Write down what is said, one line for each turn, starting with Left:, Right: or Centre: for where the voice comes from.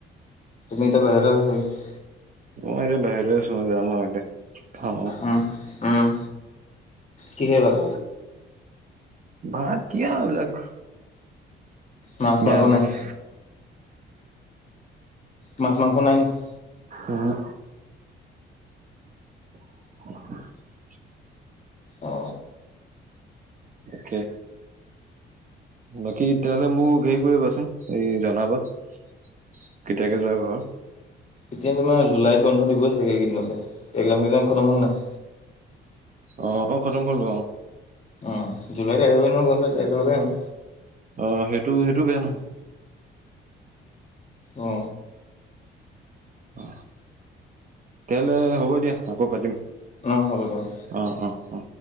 Left: তুমি এতিয়া বাহিৰতে আছা চাগে?
Right: মই এতিয়া বাহিৰতে আছো যাম আৰু এতিয়া, খাম আৰু।
Left: উম, উম, কিহে ভাত?
Right: ভাত কি আৰু এইবিলাক।
Left: মাছ
Right: নিৰামিষ।
Left: মাংস নাই? মাছ মাংস নাই নেকি?
Right: উমহো। <inaudible>
Left: অ
Right: তাকে। বাকী তেতিয়াহলে মোক হেৰি কৰিবাচোন এই জনাবা কেতিয়াকে যোৱা ঘৰ?
Left: এতিয়া তোমাৰ জুলাইত বন্ধ দিব চাগে কেইদিনতে, একজাম চেকজাম খতম হল নাই?
Right: অ অ খতম হ'ল বাৰু অ।
Left: উম জুলাইত আহিব ন ঘৰলে একেলগে আহিম।
Right: অ সেইটো সেইটোও বেয়া নহয়।
Left: অ
Right: অ, তেতিয়াহ'লে হ'ব দিয়া আকৌ পাতিম।
Left: অঁ হ'ব দে অঁ।
Right: অ অ অ।